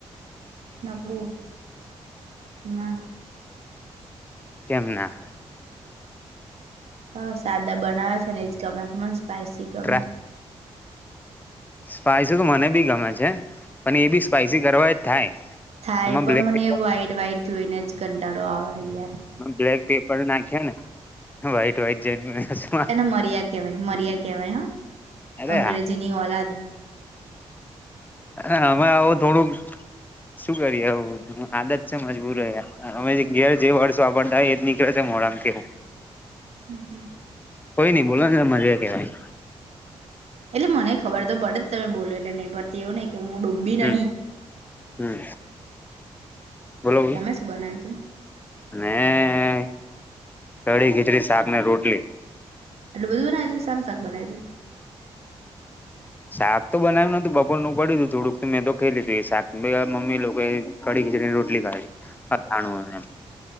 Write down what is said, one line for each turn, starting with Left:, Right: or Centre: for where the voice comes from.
Right: નકરું ના.
Left: કેમ ના?
Right: હ, સાદા બનાવે છે ને જ ગમે મને સ્પાઈસી ગમે.
Left: ટ્રા સ્પાઈસી તો મને બી ગમે છે પણ એ બી સ્પાઈસી કરવા હોય તો થાય.
Right: થાય
Left: એમાં
Right: પણ
Left: બ્લેક
Right: મને
Left: પેપર
Right: વ્હાઈટ વ્હાઈટ જોઈને જ કંટાળો આવે યાર.
Left: બ્લેક પેપર નાખ્યો ને વ્હાઈટ વ્હાઈટ <unintelligible>
Right: એને મર્યા કહેવાય મર્યા કહેવાય હા
Left: અરે
Right: અંગ્રેજીની ઓલાદ. <inaudible>
Left: અરે હામે આવો થોડુક. શું કરીએ હ આદત છે મજબૂર રહ અમે ઘેર જે વર્ષો વાપરતા હોય એની. જો <unintelligible>
Right: હમ હમ.
Left: કોઈ ની બોલો ને મજા કેવાય.
Right: એટલે મને ખબર તો પડે જ તમે બોલો એટલે નઈ પડતી એવુ નઈ. ડોબ્બી
Left: હમ
Right: નહી.
Left: હમ બોલો બોલો
Right: તમે શું બનાવ્યું તું?
Left: ને કઢી, ખીચડી, શાકને રોટલી.
Right: એટલ બધું બનાય દુંારું શાક બનાય દું.
Left: શાક તો બનાવ્યું નતું બપોર નું પડ્યું તું થોડુંકથી મેં તો ખે લી તું એ શાક મમ્મી. કડીી ખીચડીની રોટલી ખાી જાણ.